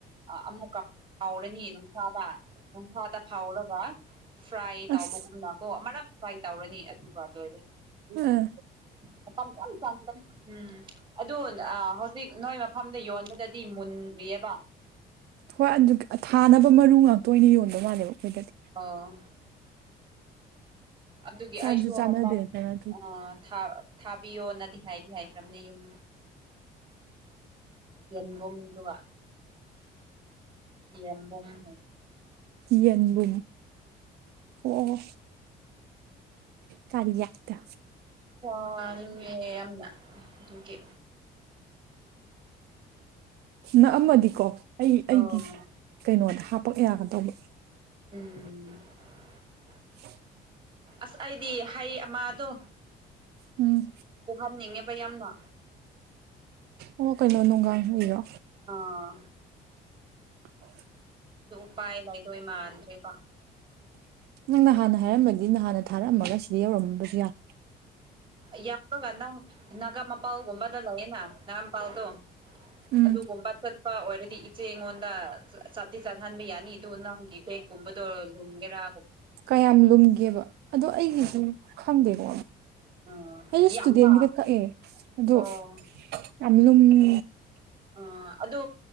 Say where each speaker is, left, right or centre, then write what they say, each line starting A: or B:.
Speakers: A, on the right (about 30°); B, on the right (about 70°).
A: ꯑꯃꯨꯛꯀ ꯐꯥꯎꯔꯅꯤ ꯅꯨꯡꯁꯥꯗ ꯅꯨꯡꯁꯥꯗ ꯐꯥꯎꯔꯒ꫰꫰ ꯐ꯭ꯔꯥꯏ ꯇꯥꯎꯕꯒꯨꯝꯅ
B: ꯑꯁ
A: ꯀꯣ ꯑꯃꯔꯛ ꯐ꯭ꯔꯥꯏ ꯇꯧꯔꯅꯤ꯫ ꯑꯗꯨꯒ ꯂꯣꯏꯔꯦ
B: ꯑꯥ
A: ꯃꯇꯝ ꯌꯥꯝ ꯆꯪꯕꯅꯦ꯫ ꯎꯝ ꯑꯗꯨ ꯑ ꯍꯧꯖꯤꯛ ꯅꯣꯏ ꯃꯐꯝꯗ ꯌꯣꯟꯕꯗꯗꯤ ꯃꯨꯟꯗ꯭ꯔꯤꯑꯦꯕ꯫
B: ꯍꯣꯏ ꯑꯗꯨꯒ ꯊꯥꯅꯕ ꯃꯔꯨ ꯉꯥꯛꯇ ꯑꯣꯏꯅ ꯌꯣꯟꯕ ꯃꯥꯜꯂꯦꯕ ꯑꯈꯣꯏꯗꯗꯤ꯫
A: ꯑꯣ꯫ ꯑꯗꯨꯒꯤ
B: ꯆꯥꯁꯨ
A: ꯑꯩꯁꯨ
B: ꯆꯥꯟꯅꯗꯦꯗꯅ
A: ꯍꯟꯗꯥꯛ
B: ꯑꯗꯨ
A: ꯑ ꯊꯥ ꯊꯥꯕꯤꯌꯣꯅꯗꯤ ꯍꯥꯏꯗꯤ ꯍꯥꯏꯈ꯭ꯔꯕꯅꯦ ꯌꯨꯝꯗ꯫ ꯌꯦꯟꯕꯨꯝꯗꯨꯒ꯫ ꯌꯦꯟꯕꯨꯝ ꯍꯥꯏ
B: ꯌꯦꯟꯕꯨꯨꯝ ꯑꯣ ꯀꯥꯔꯤ ꯌꯦꯠꯇ
A: ꯋꯥꯔꯤꯉꯦ ꯌꯥꯝꯅ ꯑꯗꯨꯀꯤ
B: ꯅꯛ ꯑꯃꯗꯤꯀꯣ ꯑꯩ
A: ꯑꯣ
B: ꯑꯩꯒꯤ ꯀꯩꯅꯣꯗ ꯍꯥꯄꯛ ꯌꯥꯒ ꯇꯧꯕ
A: ꯎꯝ ꯎꯝ <unintelligible>
B: ꯍ <unintelligible>
A: ꯑꯁ ꯑꯩꯗꯤ ꯍꯩ ꯑꯃꯥꯗꯨ
B: ꯎꯝ
A: ꯄꯨꯍꯞꯅꯤꯡꯉꯦꯕ ꯌꯥꯝꯅ
B: ꯑꯣ ꯀꯩꯅꯣ ꯅꯨꯡꯒꯥꯡ ꯍꯩꯔꯣ
A: ꯑꯥ
B: ꯍ <unintelligible>
A: ꯑꯗꯨ ꯎꯄꯥꯏ ꯂꯩꯏꯔꯣꯏ ꯃꯥꯟꯗ꯭ꯔꯦꯕ
B: ꯅꯪ ꯅꯍꯥꯟꯅ ꯍꯥꯏꯔꯝꯝꯕꯗꯤ ꯅꯍꯥꯟꯅ ꯊꯥꯔꯛꯝꯃꯒ ꯁꯤꯗ ꯌꯧꯔꯝꯑꯝꯕꯁꯨ ꯌꯥꯏ
A: ꯑꯩ ꯌꯥꯎꯔꯒ ꯅꯪ ꯅꯥꯒꯥ ꯃꯄꯥꯜꯒꯨꯝꯕꯗ ꯂꯩꯌꯦꯅ ꯅꯥꯒꯥ ꯃꯄꯥꯜꯇꯣ
B: ꯎꯝ
A: ꯑꯗꯨꯒꯨꯝꯕ ꯆꯠ ꯏꯄꯥ ꯑꯣꯏꯔꯗꯤ ꯏꯆꯦ ꯑꯩꯉꯣꯟꯗ ꯆꯥꯠꯇꯤ ꯆꯥꯠꯍꯟꯕ ꯌꯥꯅꯤ ꯑꯗꯨ ꯅꯪꯒꯤ ꯕꯦꯛꯀꯨꯝꯕꯗꯣ ꯂꯨꯝꯒꯦꯔꯥ
B: ꯀꯌꯥꯝ ꯂꯨꯝꯒꯦꯕ ꯑꯗꯣ ꯑꯩꯒꯤꯁꯨ ꯈꯪꯗꯦꯀꯣ
A: ꯑꯣ
B: ꯑꯩ
A: ꯌꯥꯝꯅ
B: ꯏꯁꯇꯨꯗꯦꯟꯒꯤꯗ ꯀꯛꯑꯦ ꯑꯗꯨ
A: ꯑꯣ
B: ꯌꯥꯝ ꯂꯨꯝꯃꯦ
A: ꯎꯝ ꯑꯗꯨ